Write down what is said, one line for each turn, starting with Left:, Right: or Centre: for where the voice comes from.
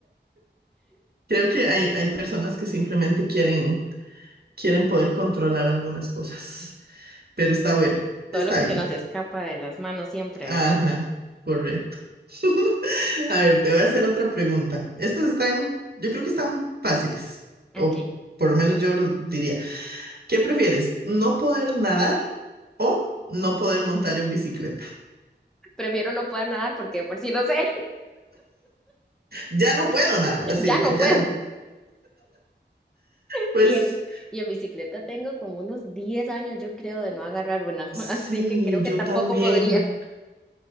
Right: creo que hay, hay personas que simplemente quieren, quieren poder controlar algunas cosas, pero está bueno,
Centre: Todo
Right: está
Centre: lo que
Right: bien.
Centre: se nos escapa de las manos siempre,
Right: Ajá,
Centre: ¿verdad?
Right: correcto. <laughs> A ver, te voy a hacer otra pregunta. Estas están, yo creo que están fáciles,
Centre: Ok.
Right: o por lo menos yo lo diría. ¿Qué prefieres? ¿No poder nadar o no poder montar en bicicleta?
Centre: Prefiero no poder nadar porque de por si no sé,
Right: Ya no puedo nadar,
Centre: <laughs>
Right: así,
Centre: ya
Right: de-
Centre: no puedo.
Right: ya, pues
Centre: Y en, y en bicicleta tengo como unos 10 años, yo creo, de no agarrar una.
Right: sí,
Centre: <laughs> Así que creo que
Right: yo
Centre: tampoco
Right: también.
Centre: podría.